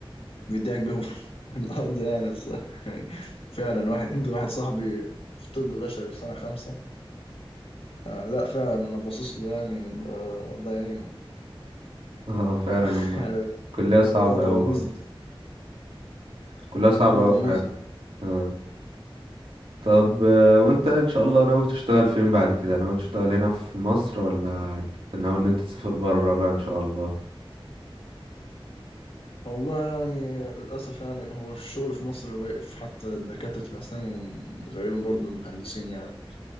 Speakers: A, on the left; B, on the right.
A: بيدعك بهم <laughs> الأرض يعني الصراحة يعني فعلا واحد أنت واحد صاحبي في طب بشري في سنة خمسة آه لا فعلا أنا باصص له يعني آه الله يعينه
B: اه فعلا
A: <laughs>
B: هم
A: يعني
B: كلها صعبة
A: وضعه
B: أوي
A: مزري
B: برضه كلها صعبة
A: وضعه
B: أوي فعلا
A: مزري
B: اه طب آه، وانت ان شاء الله ناوي تشتغل فين بعد كده ناوي تشتغل هنا في مصر ولا ناوي ان انت تسافر برا بقى ان شاء الله
A: والله يعني للأسف يعني هو في الشغل في مصر واقف حتى دكاترة الأسنان وتقريبا برضه المهندسين يعني